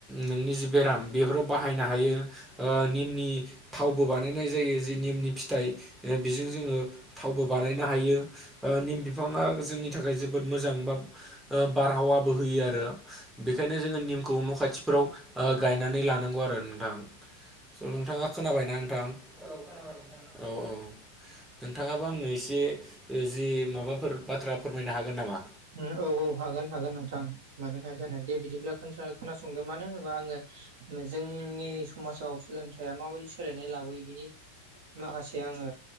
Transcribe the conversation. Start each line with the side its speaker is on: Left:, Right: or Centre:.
Centre: नोंनि जि बेराम बेफोराव बाहायनो हायो। ओ निमनि थावबो बानायनाय जायो। जि निमनि फिथाइ बेजों जोङो थावबो बानायनो हायो। ओ निम बिफाङा जोंनि थाखाय जोबोद मोजां बा ओ बारहावाबो होयो आरो। बेखायनो जोङो निम खौ न' खाथिफ्राव ओ गायनानै लानांगौ आरो नोंथां। स' नोंथाङा खोनाबायना नोंथां? औ औ खोनाबाय। औ नोंथाङाबो आंनो एसे जि माबाफोर बाथ्रा फोरमायनो हागोन नामा?
Right: उम औ हागोन हागोन नोंथां मानो हाया जानो। दे बिदिब्ला ख खोनासंद। मानो होनोबा आंङो जोंनि समाजाव सोलोंथाइया माबायदि सोलायनाय लाबोयो बिनि माखासे आंङो